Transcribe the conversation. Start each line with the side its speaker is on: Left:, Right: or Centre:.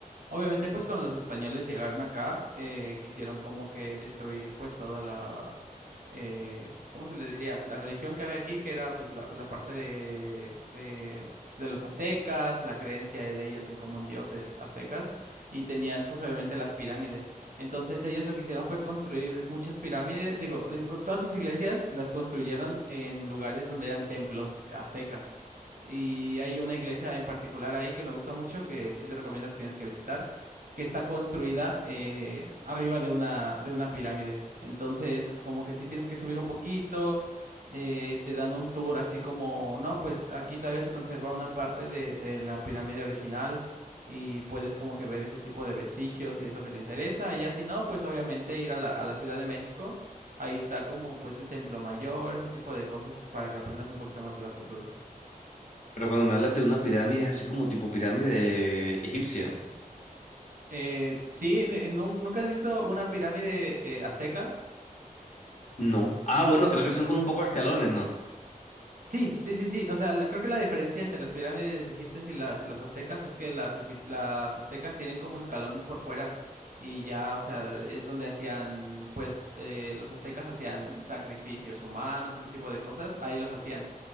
Right: Obviamente, pues cuando los españoles llegaron acá, eh, quisieron como que destruir pues toda la, eh, ¿cómo se le diría? La religión que había aquí, que era pues la, la parte de, de, de los aztecas, la creencia de ellos en como en dioses aztecas, y tenían pues obviamente las pirámides. Entonces ellos lo que hicieron fue construir muchas pirámides, digo, eh, co- todas sus iglesias las construyeron en lugares donde eran templos aztecas. Y hay una iglesia en particular ahí que me gusta mucho, que sí te recomiendo que tienes que visitar, que está construida eh, arriba de una, de una pirámide. Entonces, como que sí tienes que subir un poquito, eh, te dan un tour así como, no, pues aquí todavía se conserva una parte de, de la pirámide original y puedes como que ver ese tipo de vestigios si es lo que te interesa. Y ya si no, pues obviamente ir a la, a la Ciudad de México. Ahí está como pues el Templo Mayor, ese tipo de cosas para que aprendas un poquito más de la cultura.
Left: Pero cuando me hablas de una pirámide, es así como tipo pirámide egipcia.
Right: Eh, sí, eh, ¿nun- ¿nunca has visto una pirámide eh, azteca?
Left: No. Ah, bueno, creo que son con un poco de escalones, ¿no?
Right: Sí, sí, sí, sí. O sea, la- creo que la diferencia entre las pirámides egipcias y las, las aztecas es que las, egip- las aztecas tienen como escalones por fuera y ya, o sea, es donde hacían, pues, eh, los aztecas hacían sacrificios humanos, ese tipo de cosas, ahí los hacían.